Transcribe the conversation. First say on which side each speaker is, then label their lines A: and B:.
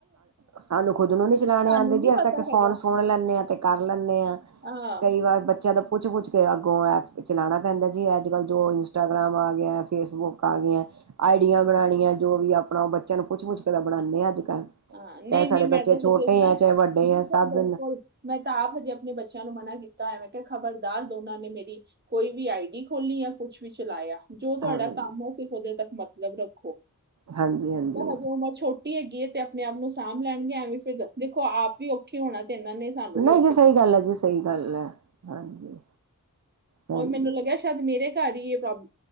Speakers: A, on the right; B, on the right.
A: ਸਾਨੂੰ ਖੁਦ ਨੂੰ ਨੀ ਚਲਾਉਣੇ
B: ਸਾਨੂੰ
A: ਆਦੇ ਜੀ
B: ਨੀ
A: ਅਸੀਂ
B: ਪਤਾ
A: ਫੋਨ
B: ਹੈਗਾ
A: ਸੁਣ ਲੈਂਦੇ ਹਾਂ ਤੇ ਕਰ ਲੈਂਦੇ ਹਾਂ
B: ਹਾਂ
A: ਕਈ ਵਾਰ ਬੱਚਿਆਂ ਦਾ ਪੁੱਛ -ਪੁੱਛ ਕੇ ਅੱਗੋਂ ਐਪ ਚਲਾਉਣਾ ਪੈਂਦਾ ਜੀ ਅੱਜ ਕੱਲ੍ਹ ਜੋ ਇੰਸਟਾਗ੍ਰਾਮ ਆ ਗਿਆ ਫੇਸਬੁੱਕ ਆ ਗਈਆਂ ਆਈਡੀਆਂ ਬਣਾਉਣੀਆਂ ਜੋ ਵੀ ਆਪਣਾ ਉਹ ਬੱਚਿਆਂ ਨੂੰ ਪੁੱਛ -ਪੁੱਛ ਕੇ ਤਾਂ ਬਣਾਉਦੇ ਹਾਂ ਅੱਜ ਕੱਲ੍ਹ
B: ਹਾਂ ਨਹੀ-
A: ਚਾਹੇ ਸਾਡੇ
B: ਨਹੀ
A: ਬੱਚੇ
B: ਮੈਂ ਦੱਸਾਂ
A: ਛੋਟੇ
B: ਬਿਲਕੁਲ-
A: ਹੈ ਚਾਹੇ ਵੱਡੇ ਹੈ ਸਭ
B: ਬਿਲਕੁਲ ਮੈਂ ਤਾਂ ਆਪ ਹਜੇ ਆਪਣੇ ਬੱਚਿਆਂ ਨੂੰ ਮਨਾ ਕੀਤਾ ਤਾਂ ਐਵੇਂ ਕਿਹਾ ਖਬਰਦਾਰ ਦੋਨਾਂ ਨੇ ਮੇਰੀ ਕੋਈ ਵੀ ਆਈ ਡੀ ਖੋਲੀ ਆ ਕੁਛ ਵੀ ਚਲਾਇਆ ਜੋ ਤੁਹਾਡਾ
A: ਹਾਂ
B: ਕੰਮ ਹੈ ਸਿਰਫ ਉਹ ਦੇ ਤੱਕ ਮਤਲਬ ਰੱਖੋ
A: ਹਾਂਜੀ-ਹਾਂਜੀ
B: ਤਾਂ ਹਜੇ ਉਮਰ ਛੋਟੀ ਹੈਗੀ ਹੈ। ਤੇ ਚੈਕ ਆਪਣੇ ਆਪ ਨੂੰ ਸਾਂਭ ਲੈਣਗੇ ਐਵੇਂ ਫਿਰ ਦੇਖੋ ਆਪ ਵੀ ਔਖੇ ਹੋਣਾ ਤੇ ਇਹਨਾਂ ਨੇ ਸਾਨੂੰ
A: ਨਹੀਂ
B: ਵੀ ਔਖੇ
A: ਜੀ ਸਹੀ
B: ਕਰਨਾ
A: ਗੱਲ ਹੈ ਜੀ ਸਹੀ ਗੱਲ ਹੈ। ਹਾਂਜੀ ਹਾਂਜੀ
B: ਹੋਰ ਮੈਨੂੰ ਲੱਗਿਆ ਸ਼ਾਇਦ ਮੇਰੇ ਹੈਗੀ ਏ ਇਹ ਪ੍ਰੋਬਲਮ